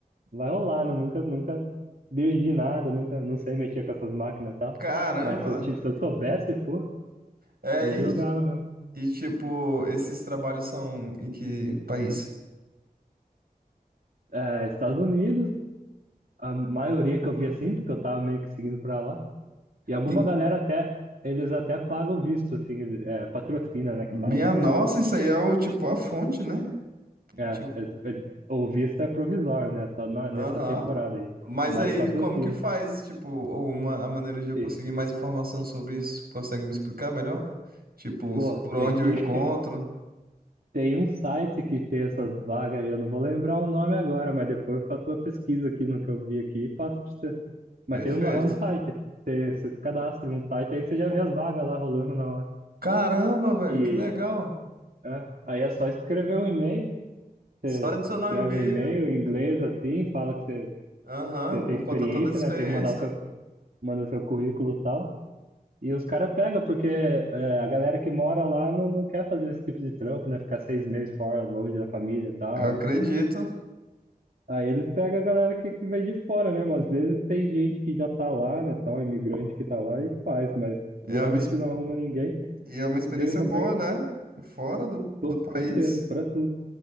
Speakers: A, on the right (about 70°); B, on the right (about 85°).
A: Vai rolar, não, nunca, nunca dirigi nada, nunca, não sei mexer com essas máquinas e tal.
B: Caramba!
A: Mas se eu, ti- se eu soubesse, pô,
B: É,
A: me
B: e,
A: jogava mesmo.
B: e tipo, esses trabalhos são em que país?
A: É, Estados Unidos, a maioria que eu vi assim, porque eu tava meio que seguindo pra lá. E alguma
B: E-
A: galera até, eles até pagam visto, assim, ele- é, patrocina, né, que
B: minha
A: fala.
B: nossa, isso aí é o tipo a fonte, né?
A: É,
B: Tipo,
A: eles- eles- o visto é provisório, né, só na-
B: Aham.
A: nessa temporada aí.
B: Mas
A: Mas
B: aí,
A: patrocina.
B: como que faz? Tipo, ou uma, a maneira de eu
A: E,
B: conseguir mais informação sobre isso? Consegue me explicar melhor? Tipo, os-
A: pô,
B: por onde
A: tem que.
B: eu encontro?
A: <laughs> Tem um site que tem essas vagas e eu não vou lembrar o nome agora, mas depois eu faço uma pesquisa aqui no que eu vi aqui e passo pra você. Mas
B: Perfeito.
A: tem um, é um site. Você, você se cadastra num site, aí você já vê as vagas lá rolando na hora.
B: Caramba, velho,
A: E
B: que legal.
A: é, aí é só escrever um e-mail. Você
B: Só adicionar
A: escreve
B: o e-mail.
A: um e-mail em inglês assim, fala que você, que
B: Aham,
A: você tem
B: vou
A: experiência,
B: contar toda a experiência.
A: né? Tem que mandar o seu, manda o seu currículo e tal. E os caras pegam, porque é, a galera que mora lá não, não quer fazer esse tipo de trampo, né? Ficar seis meses fora, longe da família e tal.
B: eu acredito.
A: Aí eles pegam a galera que, que vem de fora mesmo. Às vezes tem gente que já tá lá, né, tal, imigrante que tá lá e faz, mas
B: É
A: geralmente
B: uma, ex-
A: não arruma ninguém.
B: e é uma experiência
A: Vem uma
B: boa,
A: vez,
B: né? Fora do,
A: pô,
B: do país.
A: certeza, pra tudo.